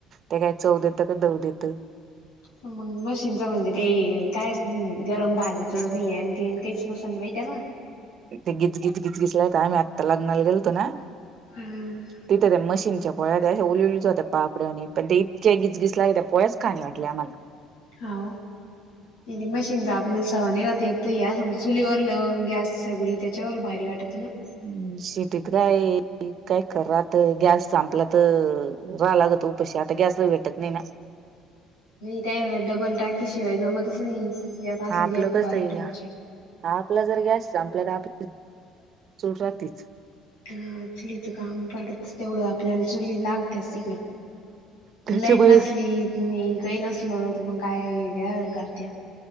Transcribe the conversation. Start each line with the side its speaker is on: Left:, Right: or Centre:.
Right: ते काय चव देत का दव देत
Left: मग मशीनचं म्हणजे ते काय गरम भाजूचं नाही आणि ते आणि काहीच नसाल बाहि त्याला
Right: ते गीतगीत गीत गीसलाय आम् आत्ता लग्नाला गेलतो ना
Left: हम्म
Right: तिथे त्या मशीनच्या पोळ्या त्या अे ओललेली जात पापड आणि पण ते इतक्या गिचगीस लागे त्या पो्याच खाणी वाट मला
Left: हो दि मशीन जा सवानी राहात एकत या चुलीवर ल गॅस सगळी त्याच्यावर भारी वाटत ना
Right: हम्म शेटत काय काय खात गॅस संपला तर राला लाग त उपशी आता गॅस भेटत नाही ना
Left: ट डबल टाकेशिवाय जमतच नाही असलेली
Right: आपलं
Left: एक
Right: कसं
Left: भ
Right: आहे
Left: ठेवायची
Right: आपला जर गॅस आपल्या तर आपली चूट राहलीच
Left: अ चुलीचं काम करत तेवढं आपल्याला चुली लागतेस तिकडं
Right: त्याच्यामुळे
Left: लाईट नसली काही नसल तर मग काय या वरकारत्या